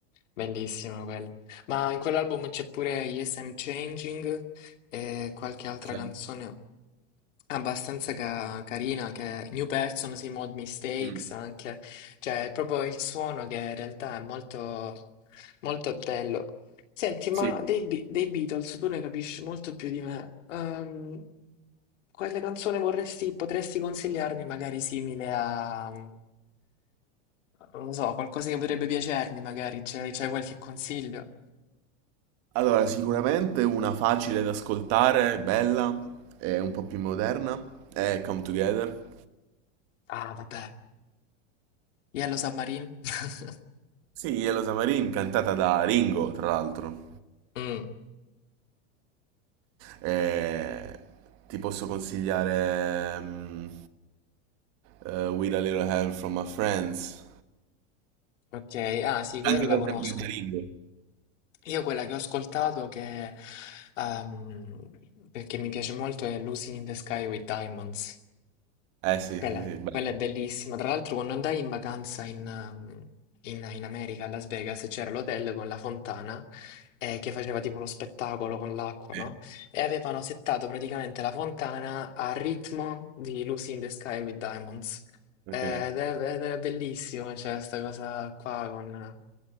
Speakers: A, on the left; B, on the right.
A: bellissimo quello. Ma in quell'album c'è pure Yes I'm Changing e qualche altra
B: Esatto.
A: canzone abbastanza ca- carina che è New Person, sì, Mod Mistakes
B: Mm,
A: anche. Cioè, è proprio il suono che in realtà è molto, molto bello. Senti, ma
B: Sì.
A: dei, Be- dei Beatles tu ne capisci molto più di me. Ehm, quale canzone vorresti, potresti consigliarmi, magari simile a, mm, non lo so, qualcosa che potrebbe piacermi, magari c'è c'è qualche consiglio?
B: Allora, sicuramente una facile da ascoltare, bella, e un po' più moderna, è Come Together.
A: Ah, vabbè, Yellow Submarine? <laughs>
B: Sì, Yellow Submarine cantata da Ringo, tra l'altro.
A: Mm,
B: Eh, ti posso consigliare mm, eh, With a Little Help from My Friends.
A: ok, ah sì, quella
B: Cantata
A: la conosco.
B: sempre da Ringo.
A: Io quella che ho ascoltato che, ehm, perché mi piace molto è Lucy in the Sky with Diamonds.
B: Eh sì,
A: Quella,
B: sì, sì, bello,
A: quella è bellissima. Tra l'altro, quando andai in vacanza in, um, in- in America, a Las Vegas, c'era l'hotel con la fontana eh, che faceva tipo lo spettacolo con l'acqua,
B: sì,
A: no? E avevano settato praticamente la fontana a ritmo di Lucy in the Sky with Diamonds.
B: ok.
A: Eh, Ed era, ed era bellissimo, cioè, sta cosa qua con...